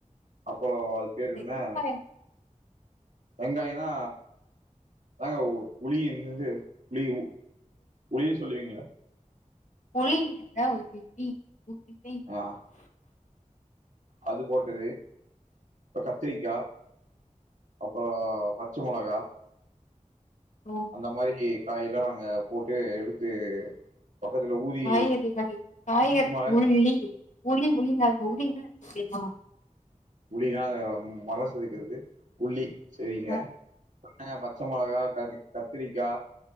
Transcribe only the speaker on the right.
அப்புறோ பேருனா
வெங்காயனா தாங்க உலி என்னது உளி உளினு சொல்லுவீங்களே
ஆ அது போட்டது கத்திரிக்கா அப்பற பச்ச மொளகா
அந்த மாதிரி காயெல்லா நாங்க போட்டு எடுத்து பக்கத்துல ஊதி
ஊதி மழ
புலினா ஆ மல செதுக்கறது புள்ளி சரிங்க
வெங்காய பச்ச மொளகா கத்திரிக்கா